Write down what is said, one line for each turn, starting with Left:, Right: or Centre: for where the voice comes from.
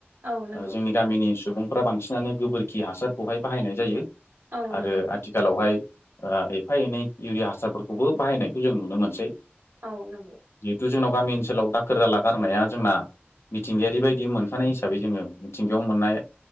Right: औ नंगौ
Left: ओ जोंनि गामिनि सुबुंफ्रा बांसिनानो गोबोरखि हासारखौहाय बाहायनाय जायो।
Right: औ
Left: आरो
Right: नंगौ
Left: आथिखालावहाय ओ एफा एनै इउरिया हासारफोरखौबो बाहायनायखौ जों नुनो मोनसै
Right: औ नंगौ
Left: जिहेथु जोंनाव गामि ओनसोलाव दाखोर दाला गारनाया जोंना मिथिंगायारि बायदि बिदि मोनखानाय हिसाबै जोंङो मिथिंगायाव मोननाय